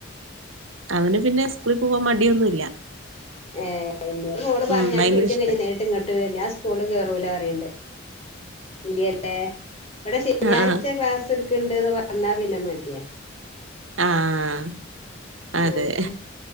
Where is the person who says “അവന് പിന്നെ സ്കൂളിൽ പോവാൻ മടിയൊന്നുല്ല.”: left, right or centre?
Right